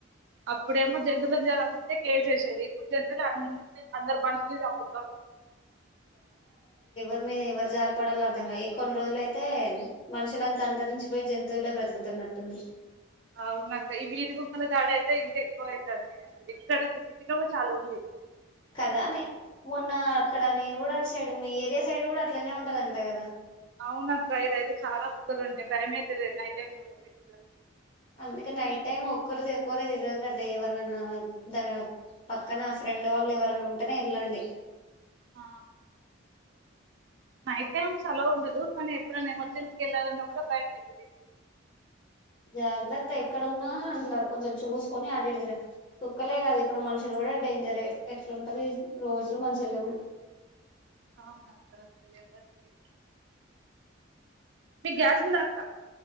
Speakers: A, on the right (about 60°); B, on the left (about 25°).
A: అప్పుడేమో జంతువులు అ కేసేసారు ఇప్పుడు చెతులు అ అందరు మనుషుల్ని చంపుతారు.
B: మె మీరు ఎవరు జాలిపడాలో అర్థంగా ఏ కొన్ని రోజులు అయితే మనుషుల అంత అంతరించిపోయి జంతువులే బ్రతుకుతున్నట్టుంది.
A: అవునక్క ఈ వీది కుక్కల దాడి అయితే ఇంకా ఎక్కువ అయి అసలు ఇక్కడతే సిటీక్కడ కూడా చాల ఉంది.
B: కదా నే మొన్న అక్కడ నేను కూడా అటు సైడ్, మీ ఏరియా సైడ్ కూడా అట్లనే ఉంటదంట కదా.
A: అవునక్క ఇదైయితే చాలా కుక్కలుంటాయి. భయమైతుంది నైట్ టై పెట్
B: అందుకే నైట్ టైమ్ ఒక్కరుది ఒ ఒకరే తెకండి, ఎవరనా దా పక్కన ఫ్రెండ్ వాళ్ళు ఎవరనా ఉంటేనే వెళ్ళం. డి
A: ఆ అయితేం సలవు ఉండదు. కానీ ఎప్పుడైనా ఎమర్జెన్సీకి వెళ్ళాలన్నా కూడా భయం అవుతుంది.
B: జాగ్రత్త ఎక్కడున్నా ఇంట్లా కొంచెం చూసుకొని అటు ఇటు తిరగండి. కుక్కలే కాదు ఇప్పుడు మనుషులు కూడా డేంజర్ ఎట్లుంటంది రోజులు మంచిగాలేవ్.
A: అవునక్క <inaudible> మీకు గ్యాస్ ఉందక్క